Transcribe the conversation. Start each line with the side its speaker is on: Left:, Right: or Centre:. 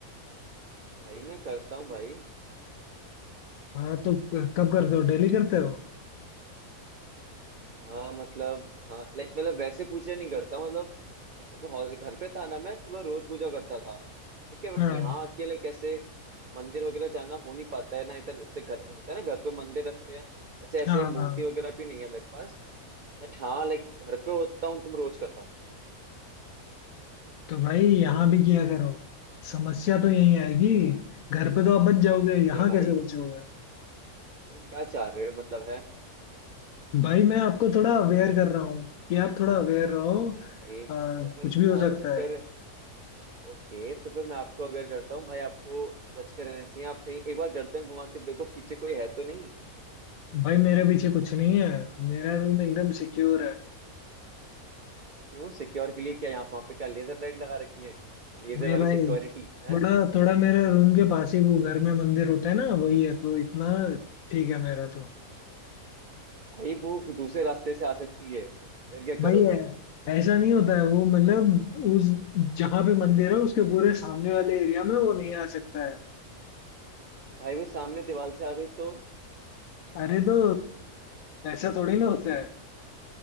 Right: भाई मैं करता हूँ भाई
Left: हाँ तो कब करते हो डेली करते हो
Right: हाँ मतलब हाँ लाइक मतलब वैसे पूजा नहीं करता हूँ, मतलब लाइक अपने हौस- घर पे था ना मैं तो मैं रोज पूजा करता था ठीक है बट
Left: हाँ
Right: यहाँ अकेले कैसे मंदिर वगैरह जाना हो नहीं पाता है ना इधर से घर होता है ना घर पे मंदिर रखते हैं वैसे ऐसे
Left: हाँ
Right: मूर्ति
Left: हाँ।
Right: वगैरह भी नहीं है मेरे पास बट हाँ लाइक घर पे होता हूँ तो मैं रोज करता हूँ पूजा
Left: तो भाई यहाँ भी किया करो समस्या तो यही आएगी
Right: हाँ।
Left: घर पे तो आप बच जाओगे
Right: अरे
Left: यहाँ कैसे
Right: भाई तु,
Left: बचोगे
Right: तुम क्या चाह रहे हो मतलब है
Left: भाई मैं आपको थोड़ा अवेयर
Right: कि
Left: कर रहा हूँ कि आप थोड़ा अवेयर रहो
Right: नहीं भाई
Left: अ, कुछ
Right: तो फिर
Left: भी हो
Right: अ,
Left: सकता
Right: तो फिर
Left: है
Right: ओके तो फिर मैं आपको अवेयर करता हूँ भाई आपको बच के रहना चाहिए आप कहीं एक बार गर्दन घुमा के देखो पीछे कोई है तो नहीं
Left: भाई मेरे पीछे कुछ नहीं है मेरा रूम एकदम सिक्योर है
Right: क्यों सिक्योर के लिए क्या यहाँ वहाँ पे क्या लेजर लाइट लगा रखी है लेजर
Left: मैं
Right: वाली
Left: भाई
Right: सिक्योरिटी है
Left: थोड़ा थोड़ा मेरे रूम के पास ही वो घर में मंदिर होता है ना वही है तो इतना ठीक है मेरा तो
Right: भाई वो दूसरे रास्ते से आ सकती है फिर क्या
Left: भाई
Right: करोगे
Left: ऐ- ऐसा नहीं होता है वो मतलब उस जहाँ पे मंदिर है उसके पूरे सामने वाले एरिया में वो नहीं आ सकता है
Right: भाई वो सामने दीवार से आ गई तो
Left: अरे तो ऐसा थोड़ी ना होता है